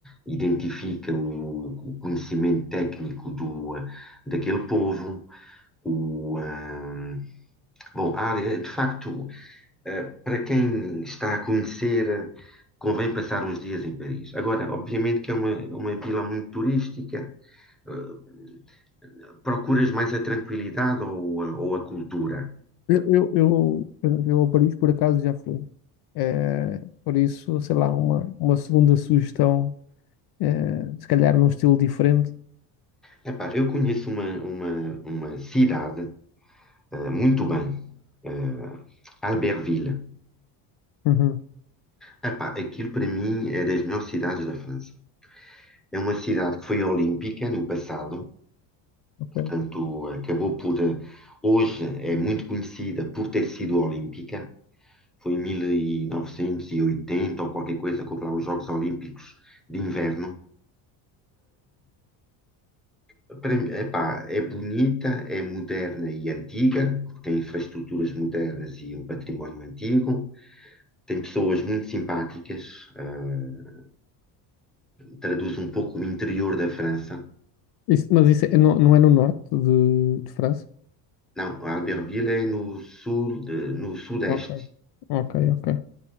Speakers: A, in the centre; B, on the left.
A: identifica o, o conhecimento técnico do, daquele povo. O, hum, bom, a área, de facto, eh, para quem está a conhecer, eh, convém passar uns dias em Paris. Agora, obviamente que é uma, uma vila muito turística. eh, procuras mais a tranquilidade ou a, ou a cultura?
B: Eu, eu, eu, por exemplo, eu a Paris por acaso já fui. Eh, por isso, sei lá, uma, uma segunda sugestão, eh, se calhar num estilo diferente.
A: Epá, eu conheço uma, uma, uma cidade, eh, muito bem, eh, Albertville.
B: Uhum,
A: Epá, aquilo para mim é das melhores cidades da França. É uma cidade que foi olímpica no passado
B: ok.
A: Portanto, acabou por. eh, Hoje é muito conhecida por ter sido olímpica. Foi em 1980 ou qualquer coisa, que houve lá os Jogos Olímpicos de Inverno. Ah, para mim, epá, é bonita, é moderna e antiga, tem infraestruturas modernas e um património antigo, tem pessoas muito simpáticas, ah, traduz um pouco o interior da França.
B: Isso- mas isso é- não, não é no norte de, de França?
A: Não, Albertville é no sul, eh, no sudeste,
B: Ok, ok, ok.